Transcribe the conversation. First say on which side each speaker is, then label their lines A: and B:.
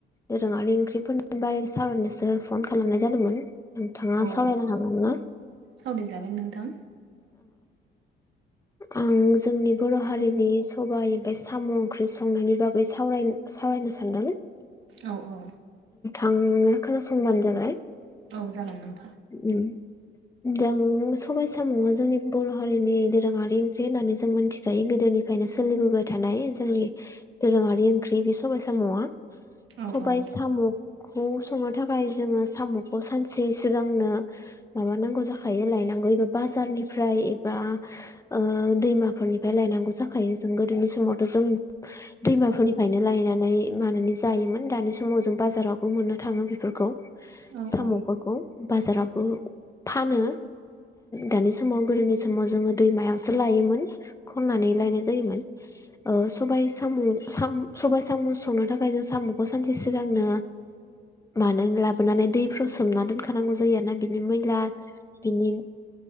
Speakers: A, on the left; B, on the right.
A: दोरोङारि ओंख्रिफोरनि बारै सावरायनोसो फन खालामनाय जादोंमोन नोंथाङा
B: औ
A: सावरायनो
B: औ
A: हागोन ना?
B: सावरायजागोन नोंथां
A: आं जोंनि बर' हारिनि सबाय ओमफाय साम' ओंख्रि सं संनायनि बागै साव सावरायनो सानदों
B: औ औ
A: आंनो खोनासंबानो जाबाय
B: औ जागोन नों-
A: ओम जों स सबाय सामुआ जोंनि बर' हारिनि दोरोङारि ओंख्रि होननानै जों मोनथिखायो गोदोनिफ्रायनो सोलिबोबाय थानाय नाय जोंनि दोरोङारि ओंख्रि बे सबायाइ साम'आ
B: औ
A: सबाय
B: औ
A: साम'खौ संनो थाखाय जोङो साम'खौ सानसे सिगांनो माबानांगौ जाखायो लायनांगौ एबा बाजारनिफ्राय एबा ओ दैमाफोरनिफ्राय लायनांगौ जाखायो जों गोदोनि समाव जों दैमाफोरनिफ्रायनो लायनानै मानानै जायोमोन दानि समाव जों बाजारावबो मोननो थाङो बेफोरखौ
B: औ
A: साम'फोरखौ
B: औ
A: बाजारावबो फानो दानि समाव गोदोनि समाव जोङो दैमायावसो लायोमोन खननानै लायनाय जायोमोन ओ सबाय साम' साम सबाय साम' संनो थाखाय जों साम'खौ सानसे सिगांनो मानो लाबोनानै दैफ्राव सोमना दोन खानांगौ जायो आरो ना बिनि मैला बिनि